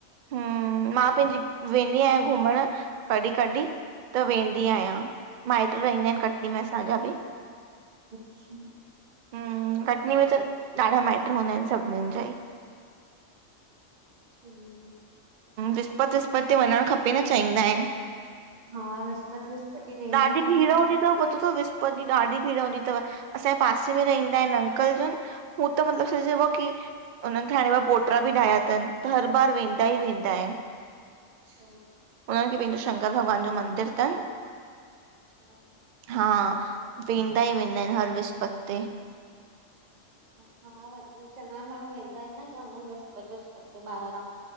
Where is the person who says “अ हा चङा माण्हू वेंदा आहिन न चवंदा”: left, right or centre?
Right